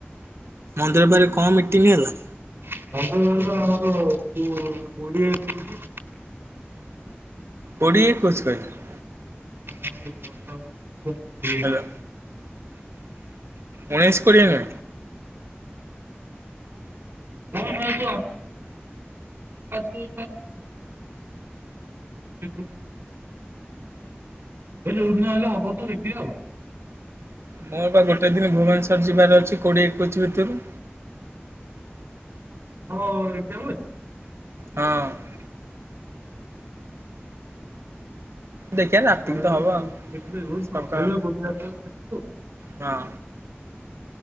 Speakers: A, on the right; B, on the right.
A: ମନ୍ଦିର ପାଖରେ କଣ ମିଟିଂ ହେଲା?
B: <unintelligible> ଆମର କୋ କୋଡିଏ ଟ୍ରିପ
A: କୋଡିଏ ଏକଉଷି <unintelligible>
B: <inaudible> <inaudible>
A: ହେଲା ଉଣେଇଶ କୋଡିଏ ନୁହେଁ
B: ହଁ, ହଁ ତୁ ଆକୁ <unintelligible> ଏବେ ଯୋଉଦିନ ହେଲେ ହବ ତ ରେଡି ଆଉ।
A: ମୋର ବା ଗୋଟେ ଦିନ ଭୁବନେଶ୍ଵର ଯିବାର ଅଛି କୋଡିଏ ଏକୋଇଚି ଭିତରେ।
B: ହଁ ଏକଜାମ ଅଛି।
A: ହଁ। ଦେଖିବା
B: <unintelligible>
A: ରାତିକି ତ ହବ ଆଉ ସକାଳ ହଁ।